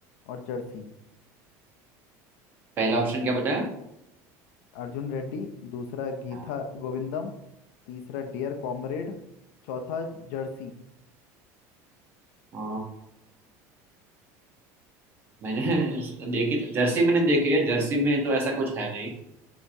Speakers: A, on the left; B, on the right.
A: और जर्सी
B: पहला ऑप्शन क्या बताया
A: अर्जुन रेड्डी दूसरा गीता
B: हाँ।
A: गोविंदम तीसरा डियर कॉमरेड चौथा जर्सी
B: अ, मैंने <laughs> देखी जर्सी मैंने देखी है जर्सी में तो ऐसा कुछ है नहीं